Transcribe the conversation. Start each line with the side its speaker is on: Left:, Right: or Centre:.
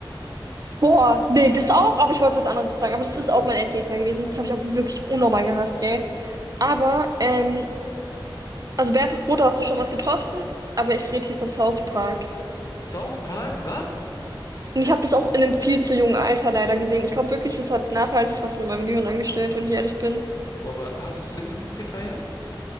Right: Boah, nee, das auch, aber ich wollte was anderes sagen. Aber das
Left: Okay.
Right: ist auch mein Endgegner gewesen. Das habe ich auch wirklich unnormal gehasst, gell? Aber ähm, Also Bernd, Bruder hast du schon was getroffen, aber ich rede hier von South Park.
Left: South Park, was?
Right: Und ich habe es auch in einem viel zu jungen Alter leider gesehen. Ich glaube wirklich, es hat nachhaltig was mit meinem Gehirn angestellt, wenn ich ehrlich bin.
Left: Boah, aber hast du Simpsons gefeiert?